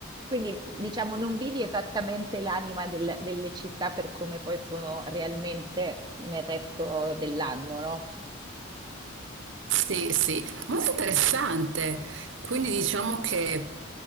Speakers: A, on the right (about 20°); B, on the right (about 60°).
A: Quindi, diciamo, non vedi esattamente l'anima del- delle città per come poi sono realmente nel resto dell'anno, no?
B: sì, sì. molto interessante. Quindi diciamo che